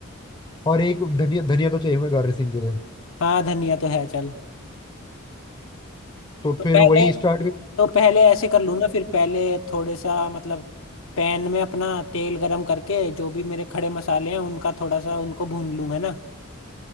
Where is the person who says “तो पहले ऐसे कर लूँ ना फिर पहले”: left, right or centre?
Left